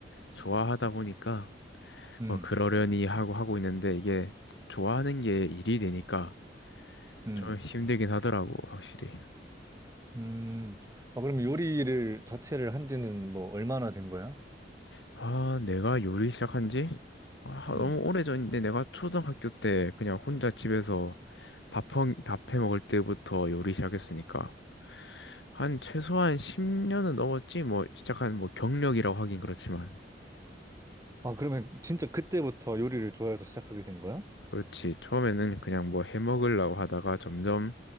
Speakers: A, on the left; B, on the right.
A: 좋아하다 보니까
B: 음,
A: 뭐 그러려니 하고 하고 있는데 이게 좋아하는 게 일이 되니까
B: 음,
A: 좀 힘들긴 하더라고, 확실히.
B: 음. 아, 그럼 요리를 자체를 한 지는 뭐 얼마나 된 거야?
A: 아, 내가 요리 시작한 지? 아, 너무
B: 음.
A: 오래전인데 내가 초등학교 때 그냥 혼자 집에서 밥, 한- 밥해 먹을 때부터 요리 시작했으니까 한 최소한 10년은 넘었지 뭐 시작한 뭐 경력이라고 하긴 그렇지만
B: 아, 그러면 진짜 그때부터 요리를 좋아해서 시작하게 된 거야?
A: 그렇지. 처음에는 그냥 뭐 해먹으려고 하다가 점점